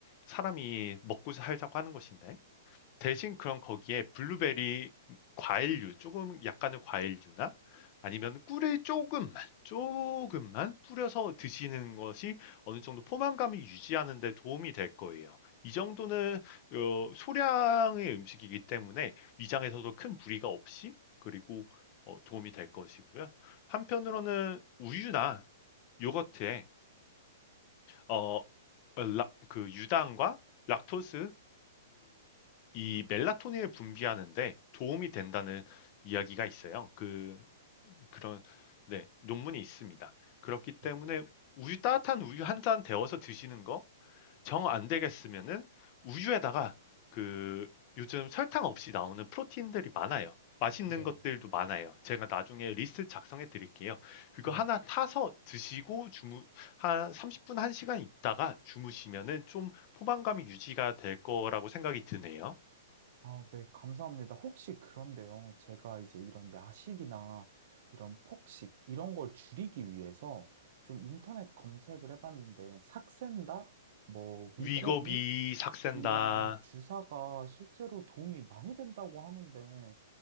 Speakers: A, on the left; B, on the right.
A: 사람이 먹고 살자고 하는 것인데 대신
B: 음,
A: 그럼 거기에 블루베리 과일류 조금 약간의 과일류나 아니면 꿀을 조금만 조금만 뿌려서 드시는 것이 어느 정도 포만감이 유지하는 데 도움이 될 거예요. 이 정도는 어, 소량의 음식이기 때문에 위장에서도 큰 무리가 없이 그리고 어, 도움이 될 것이고요. 한편으로는 우유나 요거트에 어, 라- 그 유당과 락토스들이 이 멜라토닌을 분비하는데 도움이 된다는 이야기가 있어요. 그 그런 네, 논문이 있습니다. 그렇기 때문에
B: 음,
A: 우유 따뜻한 우유 한 잔 데워서 드시는 거 정 안 되겠으면은 우유에다가 그 요즘 설탕 없이 나오는 프로틴들이 많아요. 맛있는
B: 네,
A: 것들도 많아요. 제가 나중에 리스트 작성해 드릴게요. 그거
B: 네.
A: 하나 타서 드시고 주무 한 30분 1시간 있다가 주무시면은 좀 포만감이 유지가 될 거라고 생각이 드네요.
B: 아, 네, 감사합니다. 혹시 그런데요, 제가 이제 이런 야식이나 이런 폭식, 이런 걸 줄이기 위해서 좀 인터넷 검색을 해봤는데, 삭센다? 뭐, 위고비?
A: 위거비 삭센다.
B: 이런 주사가 실제로 도움이 많이 된다고 하는데,